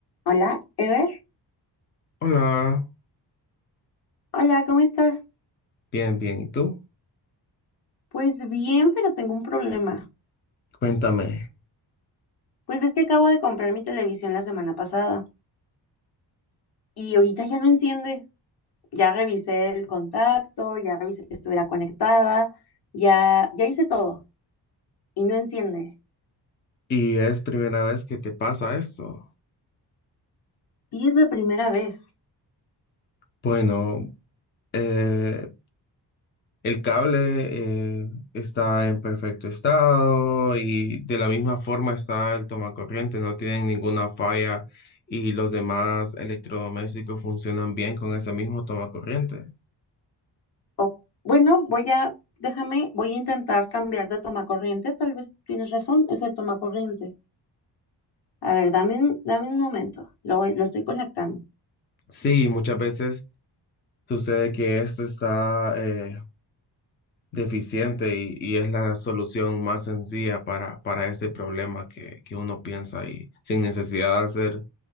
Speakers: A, on the left; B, on the left.
A: Hola, Ever.
B: Hola,
A: Hola, ¿cómo estás?
B: bien, bien. ¿Y tú?
A: Pues bien, pero tengo un problema.
B: Cuéntame.
A: Pues ves que acabo de comprar mi televisión la semana pasada y ahorita ya no enciende. Ya revisé el contacto, ya revisé que estuviera conectada, ya, ya hice todo y no enciende.
B: ¿Y es primera vez que te pasa esto?
A: Y es la primera vez.
B: Bueno, eh, el cable eh, está en perfecto estado y de la misma forma está el tomacorriente, no tienen ninguna falla y los demás electrodomésticos funcionan bien con ese mismo tomacorriente.
A: O, bueno, voy a, déjame, voy a intentar cambiar de tomacorriente. Tal vez tienes razón, es el tomacorriente. A ver, dame un, dame un momento. Lo, lo estoy conectando.
B: Sí, muchas veces sucede que esto está eh, deficiente y, y es la solución más sencilla para, para ese problema que, que uno piensa y sin necesidad de hacer